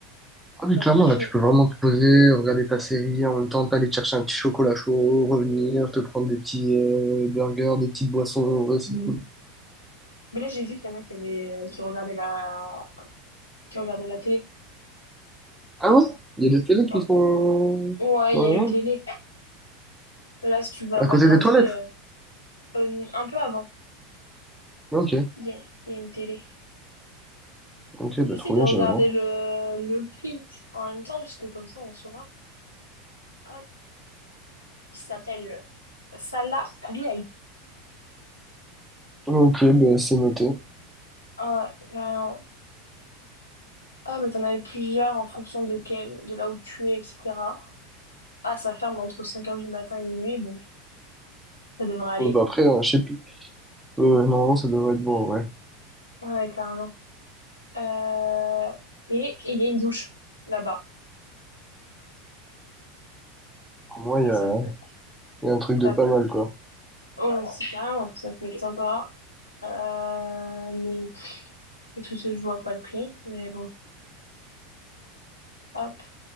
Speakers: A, in the centre; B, on the left.
A: Ah oui,
B: Ça,
A: clairement,
B: tranquille.
A: là, tu peux vraiment te poser, regarder ta série, en même temps, t'aller chercher un petit chocolat chaud, revenir, te prendre des petits euh, burgers, des petites boissons. Ouais, c'est cool.
B: Mais là, j'ai vu qu'il y en a qui avaient... euh, qui regardaient la... qui regardaient la télé.
A: Ah ouais? Il y a des télés qui
B: Oh,
A: sont
B: Ouais,
A: dans
B: il y
A: le
B: a
A: lounge?
B: une télé. Là, si tu vas
A: À
B: vers
A: côté
B: l'entrée,
A: des toilettes?
B: euh, euh, un peu avant,
A: Ok,
B: il y a, il y a une télé.
A: ok, bah
B: essaye
A: trop
B: de
A: bien,
B: regarder
A: j'irai voir.
B: le, le prix en même temps, parce que comme ça, on saura. Hop, il s'appelle... Celle-là, oui,
A: Ok, bah c'est noté.
B: un- un- ah, mais t'en avais plusieurs en fonction de quel, de là où tu es, etc. Ah, ça ferme entre cinq heures du matin et minuit, bon, ça devrait aller.
A: Euh, bah après, euh, je sais plus. Euh, normalement, ça devrait être bon, ouais.
B: Ouais, clairement. Euh, et et il y a une douche là-bas.
A: Pour moi, il
B: Ah,
A: y a,
B: ça peut,
A: il y a un truc de
B: ça
A: pas
B: peut,
A: mal, quoi.
B: oh, c'est carrément, ça peut être sympa. Euh, mais écoute, je vois pas le prix, mais bon, hop,